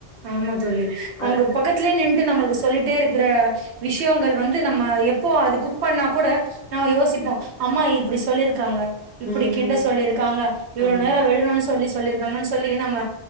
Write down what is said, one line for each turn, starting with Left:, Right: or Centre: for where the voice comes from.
Right: ஆமா தோழி அவங்க
Left: அ
Right: பக்கத்துலே நின்றுட்டு நம்மளுக்கு சொல்லிட்டே இருக்கிற விஷயங்கள் வந்து நம்ம எப்போ அது குக் பண்ணா கூட நம்ம யோசிப்போ அம்மா இப்டி சொல்லிருக்காங்க இப்டி
Left: ம்.
Right: கிண்ட சொல்லிருக்காங்க இவ்வள
Left: ஆமா.
Right: நேரோ விடணுன்னு சொல்லி சொல்லியிருக்காங்கன்னு சொல் சொல்லி நம்ம